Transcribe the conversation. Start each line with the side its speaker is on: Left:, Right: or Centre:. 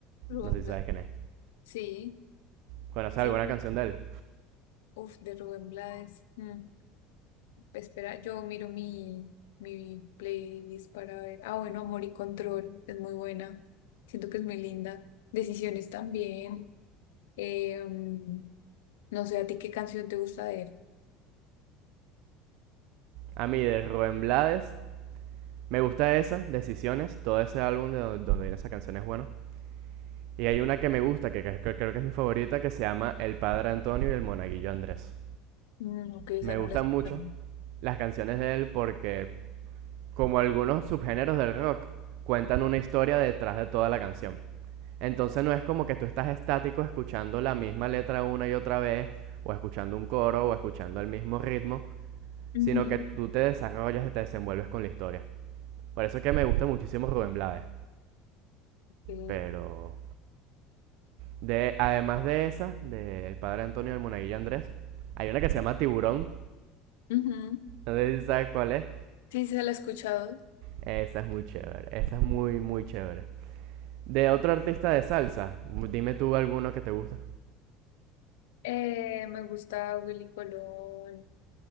Left: Rubén
Right: No sé si
Left: Blades.
Right: sabes quién es.
Left: Sí,
Right: ¿Conoces
Left: sí.
Right: alguna canción de él?
Left: Uf, de Rubén Blades. Mm. Espera, yo miro mi, mi playlist para ver. Ah, bueno, Amor y Control es muy buena. Siento que es muy linda. Decisiones también. Eh, mm, no sé, ¿a ti qué canción te gusta de él?
Right: A mí, de Rubén Blades, me gusta esa, Decisiones, todo ese álbum de donde viene esa canción es bueno. Y hay una que me gusta, que creo que es mi favorita, que se llama El Padre Antonio y el Monaguillo Andrés.
Left: Mm, ok, esa
Right: Me
Left: no
Right: gustan
Left: la he escuchado.
Right: mucho las canciones de él porque como algunos subgéneros del rock, cuentan una historia detrás de toda la canción. Entonces no es como que tú estás estático escuchando la misma letra una y otra vez, o escuchando un coro, o escuchando el mismo ritmo,
Left: Ujú,
Right: sino que tú te desarrollas y te desenvuelves con la historia. Por eso es que me gusta muchísimo Rubén Blades.
Left: sí,
Right: Pero de, además de esa, del padre Antonio del Monaguillo Andrés, hay una que se llama Tiburón.
Left: ujú.
Right: No sé si sabes cuál es.
Left: Sí, se la he escuchado.
Right: Esa es muy chévere. Esa es muy, muy chévere. De otro artista de salsa, dime tú alguno que te guste.
Left: Eh, me gusta Willy Colón.